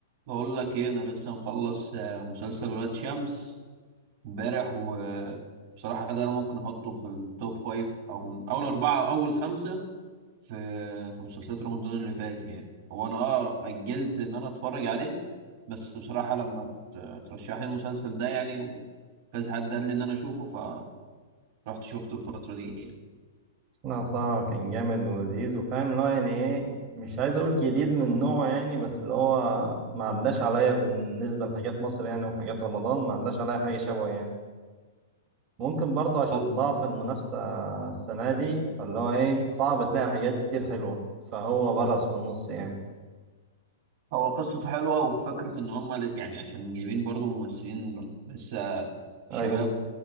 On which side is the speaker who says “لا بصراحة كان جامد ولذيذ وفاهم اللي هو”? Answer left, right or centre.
Right